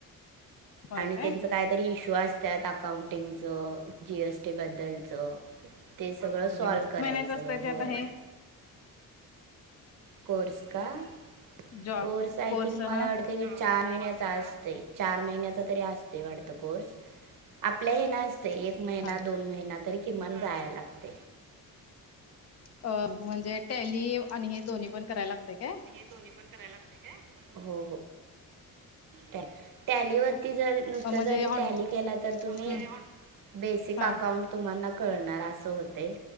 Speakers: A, on the left (about 45°); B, on the right (about 65°).
A: होय
B: आणि
A: काय
B: त्यांच काहीतरी इश्यू असत्यात अकाउंटिंगचं जी एसी- टी बद्दलच ते सगळं
A: अकाउंटिंगच
B: सॉल्व करायचं
A: महिन्याच असतंय ते
B: होय.
A: आता हे
B: कोर्स का
A: जॉब
B: कोर्स आय थिंक मला
A: हा
B: वाटत तीन चार महिन्याचा असत चार महिन्याचा तरी असतय वाढत कोर्स. आपल्या हे ना असतय एक महिना
A: हा
B: दोन महिना तरी किमान जाया लागतय.
A: अ म्हणजे टॅली आणि हे दोन्ही पण करायला लागतय काय?
B: दोन्ही पण करायला लागतय काय हो हो. टॅ टॅलीवरती जर नुसत
A: म्हणजे
B: जरी
A: ऑन
B: टॅली केला तर तुम्ही
A: हम्म
B: बेसिक
A: हा
B: अकाउंट तुम्हाना कळणार असं होतय